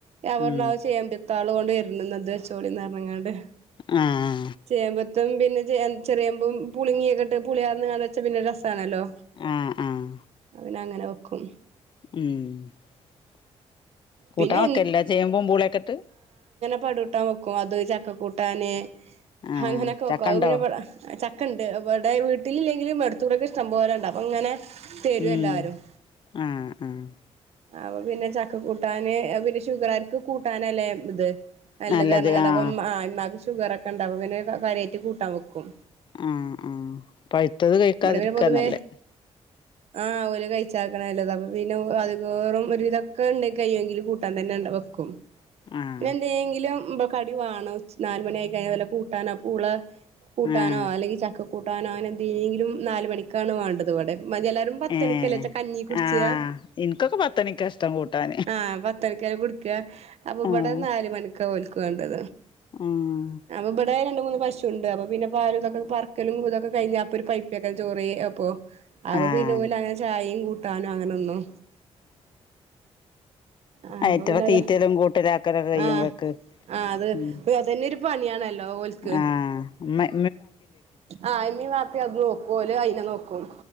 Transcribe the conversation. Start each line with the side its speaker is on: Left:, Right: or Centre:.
Right: ഞാൻ പറഞ്ഞു
Left: ഉം
Right: അത് ചെയ്യാൻ പ പത്താള് കൊണ്ട് വരുന്നന്ന് അത്‌ വെച്ചോളിന് പറഞ്ഞു അങ്ങോട്
Left: ആഹ് ആഹ്
Right: ചെയ്യാൻപാറ്റും പിന്നെ ചെയ്യൻ ചെറിയമമ്പ് പുളിങ്ങിയൊക്കെ പുളിയാന്ന് വെച്ചൽ പിന്നെ രസ ണല്ലോ
Left: ആഹ് ആഹ്
Right: പിന്നെ അങ്ങനെ വെക്കും
Left: മ്മ് കൂട്ടാൻ
Right: പിന്നെ
Left: വക്കലില്ല ചേമ്പും പൂളയക്കെയിട്ട്
Right: പാട് കൂട്ടാൻ വെക്കും അത് ചക്ക കൂട്ടാന്
Left: ആഹ്
Right: ഹങ്ങനെ ഒക്കെ വെക്കും
Left: ചക്കണ്ടോ
Right: അത് പിന്നെ ചക്ക ചക്കെ ഉണ്ട് ഇവടെ വീട്ടിലിലെങ്കിലും അടുത്തൂടൊക്കെ ഇഷ്ടം പോലുണ്ട് അപ്പ അങ്ങനെ തരും
Left: ഉം
Right: എല്ലാരും
Left: ആഹ് ആഹ്
Right: അപ്പ പിന്നെ ചക്ക കൂട്ടാൻ കൂട്ടാന് പിന്നെ ഷുഗർകാർക്ക് കൂട്ടാനല്ലേ ഇത് നല്ലതാരണം
Left: നല്ലത്
Right: കണ്ടപ്പം
Left: ആഹ്
Right: അ ഇമ്മാക്ക് ഷുഗർ ഒക്കെ ഉണ്ടാവും അപ്പോ പിന്നെ കാര്യായിട്ട് കൂട്ടാൻ വെക്കും
Left: ആഹ് ആഹ് പഴുത്തത് കഴിക്കാതിരിക്കാന്നല്ലേ
Right: ഇവിടെ പിന്നെ പൊതുവേ ആഹ് ഓര് കഴിച്ചാക്കണല്ലോ അപ്പ പിന്നെ അത് വേറും ഒരുവിതൊക്കെ ഉണ്ടെങ്കി കയിയുമെങ്കിൽ കൂട്ടാൻ തന്നെ അങ്ങട് വെക്കും
Left: ആഹ്
Right: എന്തെങ്കിലും ഇബ്ട- കടി വേണം നാലുമണി ആയി കഴിഞ്ഞൽ വല്ല കൂട്ടാനോ പൂള കൂട്ടാനോ
Left: ആഹ്
Right: അല്ലെങ്കിൽ ചക്ക കൂ കൂട്ടാനോ അങ്ങനെ എന്തെങ്കിലും നാല് മണിക്കാണ് വേണ്ടത് ഇവിടെ എല്ലാരും പത്തണിക്കല്ലേ
Left: ഏഹ്
Right: കഞ്ഞി കുടിച്ചാ
Left: ആഹ് ഇനിക്കൊക്കെ പത്ത് മണിക്കാ ഇഷ്ടം കൂട്ടാൻ
Right: ആഹ് പത്ത് മണിക്ക കുടിക്കുക അപ്പൊ ഇവിടെ
Left: ആഹ്
Right: നാല് മണിക്ക് ഒക്കെ ഓൽക് വേണ്ടത്
Left: ആഹ്
Right: അപ്പൊ ഇവിടെ രണ്ട് മൂന്ന് പശുണ്ട് അപ്പം പിന്നെ പാലും ഇതക്കെ പറക്കലും ഇതൊക്കെ കഴിഞ്ഞാ അപ്പൊ ഒരു പൈപ്പൊക്കെ ചോറ് കഴിക്കാ അപ്പോ അപ്പ
Left: ആഹ്
Right: പിന്നെ ഓന് അങ്ങനെ ചായയും കൂ ട്ടാനോ അങ്ങനൊന്നും ആഹ്
Left: അയറ്റകളുടെ
Right: അപ്പൊ പിന്നെ അത്
Left: തീറ്റലും കൂട്ടലും ആക്കല് കഴുമ്പക്ക്
Right: ആഹ് ആഹ് അത്
Left: മൂ
Right: അതന്നെ ഒരു പണിയാണല്ലോ ഓൽക്ക്
Left: ആഹ് ഉമ്മ
Right: ആഹ് ഇമ്മേം വാപ്പേം അത് നോക്കും ഓല് അയിനെ നോക്കും